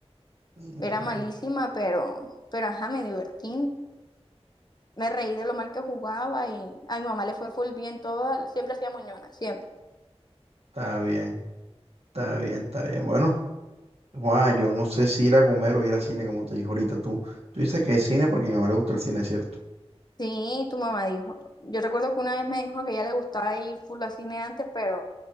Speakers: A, on the right; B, on the left.
A: Mm,
B: Era malísima, pero, pero ajá, me divertí. Me reí de lo mal que jugaba y a mi mamá le fue full bien toda. Siempre hacía moñona, siempre.
A: Está bien, está bien, está bien. Bueno, Juan, yo no sé si ir a comer o ir al cine, como te dije ahorita. Tú, tú dices que es cine porque a mi mamá le gusta el cine, ¿cierto?
B: Sí, tu mamá dijo. Yo recuerdo que una vez me dijo que a ella le gustaba ir full al cine antes, pero